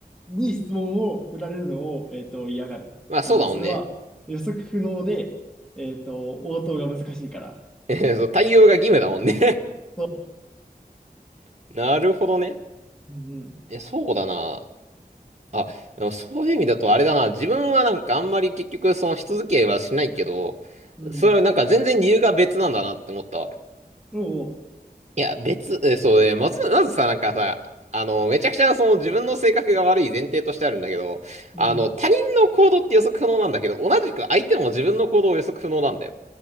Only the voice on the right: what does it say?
まあそうだもんね。
<laughs> そう対応が義務だもんね
<laughs> なるほどね。
え、そうだな。あ、でもそういう意味だとあれだな。自分はなんかあんまり結局そのし続けはしないけど、
それはなんか全然理由が別なんだなって思ったわ。
いや、別、え、そうね、まず、まずさ、なんかさ、あの、めちゃくちゃその自分の性格が悪い前提としてあるんだけど、
あの、
他人の行動って予測不能なんだけど、同じく相手も自分の行動を予測不能なんだよ。